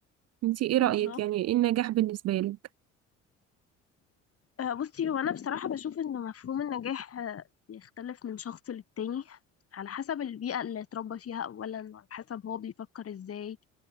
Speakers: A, on the right (about 40°); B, on the left (about 35°).
A: انتي ايه رأيك
B: بالظبط
A: يعني ايه النجاح بالنسبة لك
B: آه، بصي هو انا بصراحه بشوف ان مفهوم النجاح آه، بيختلف من شخص للتاني على حسب البيئه اللي اتربى فيها اولا على حسب هو بيفكر ازاي